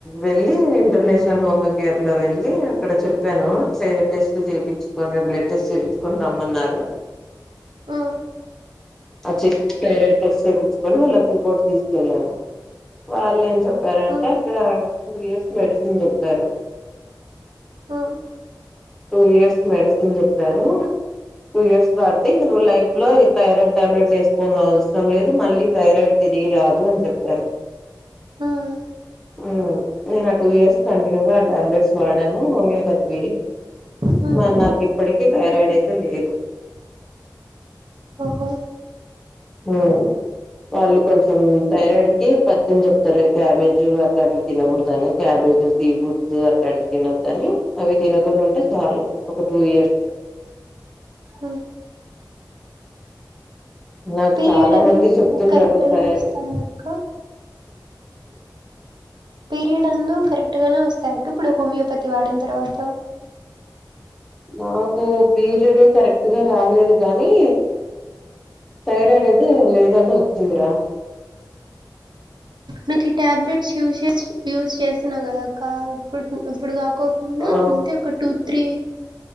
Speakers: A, in the centre; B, on the right.
A: వెళ్ళి ఇంటర్నేషనల్ హోమ కేర్ లో వెళ్ళి అక్కడ చెప్పాను టెస్ట్ చేయిపించి కొన్ని బ్లడ్ టెస్ట్ చేయిపిచుకోని రమ్మన్నారు
B: హా
A: అది చె థైరాయిడ్ టెస్ట్ చేపిచుకొని వాళ్ళకి రిపోర్ట్ తీసుకెళ్ళాను వాళ్ళు ఏం చెప్ రంటే
B: హ్మ్.
A: అక్కడ టూ ఇయర్స్ మెడిసిన్ చెప్పారు
B: హ
A: టూ ఇయర్స్ మెడిసిన్ చెప్పారు టూ ఇయర్స్ వాడితే ఇంగ నువ్వు లైఫ్లో థైరాయిడ్ టాబ్లెట్ వేసుకోను అవసరం లేదు మళ్ళీ థైరాయిడ్ తిరిగి రాదు అని చెప్పారు
B: హ్మ్.
A: ఉమ్ నేను ఆ టూ ఇయర్స్ కంటిన్యూగా ఆ టాబ్లెట్స్ వాడాను హోమియోపతివి
B: హ్మ్.
A: మరి నాకు ఇప్పటికీ థైరాయిడ్ అయితే లేదు
B: ఓహో
A: ఉమ్ వాళ్ళు కొంచెం థైరాయిడ్ కి పత్తెం చెప్తారు క్యాబేజు అట్లాంటివి తినకూడదని క్యాబేజ్ సీఫుడ్స్ అట్లాంటివి తినొదని అవి తినకుండా ఉంటే సాలు ఒక టూ ఇయర్స్
B: హుమ్
A: నాకు
B: పీరియడ్
A: చాలా
B: అవి
A: మంది చెప్తుంటారు
B: కరెక్ట్గానే
A: థైర్
B: వస్తాయా అక్క పీరియడ్ అందు కరెక్ట్ గానే వస్తాయి అక్క ఇప్పుడు హోమియోపతి వాడిన తర్వాత
A: నాకు పీరియడు కరెక్ట్గా రాలేదుగానీ థైరాయిడ్ అయితే లేదని వచ్చిందిరా
B: నాకు ఈ టాబ్లెట్స్ యూస్ యూజ్ చేస్తున్నావు కదాక్క ఇప్పు ఇప్పుడు కాకో కుండ
A: ఆ
B: అంటే ఒక టూ త్రీ